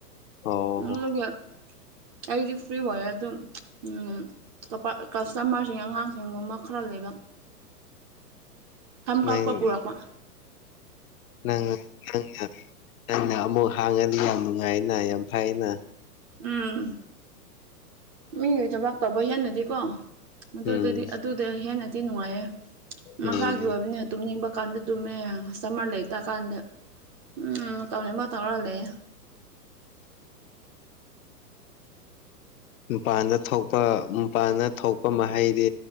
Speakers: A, on the left; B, on the right.
A: ꯑꯣ
B: ꯑꯗꯨꯒ ꯑꯩꯒꯤ ꯋꯥ꯭ꯏꯌꯔ ꯗꯨꯝ ꯎꯝ ꯀꯄ ꯀꯁꯇꯃꯔꯁꯤꯡ ꯑꯉꯥꯡꯁꯤꯡ ꯒꯨꯝꯕ ꯈꯔ ꯂꯩꯕ ꯁꯝ
A: ꯅꯪ
B: ꯀꯛꯄ ꯄꯨꯔꯛꯄ
A: ꯅꯪ ꯅꯪꯅ ꯅꯪꯅ ꯑꯃꯨꯛ ꯍꯥꯡꯉꯗꯤ ꯌꯥꯝ ꯅꯨꯡꯉꯥꯏꯅ ꯌꯥꯝ ꯐꯩꯅ
B: ꯎꯝ ꯃꯤꯒꯤ ꯊꯕꯛ ꯇꯧꯕ ꯍꯦꯟꯅꯗꯤꯀꯣ ꯑꯗꯨꯗꯗꯤ
A: ꯎꯝ
B: ꯑꯗꯨꯗ ꯍꯦꯟꯅꯗꯤ ꯅꯨꯡꯉꯥꯏꯌꯦ
A: ꯎꯝ
B: ꯃꯁꯥꯒꯤ ꯑꯣꯏꯕꯅꯤ ꯇꯨꯝꯅꯤꯡꯕ ꯀꯥꯟꯗ ꯇꯨꯝꯃꯦ ꯀꯁꯇꯃꯔ ꯂꯩꯇ ꯀꯥꯟꯗ ꯎꯝ ꯇꯧꯅꯤꯡꯕ ꯇꯧꯔ ꯂꯩꯌ‌ꯦ
A: ꯅꯨꯄꯥꯟꯗ ꯊꯣꯛꯄ ꯃꯄꯥꯟꯗ ꯊꯣꯛꯄ ꯃꯍꯩꯗꯤ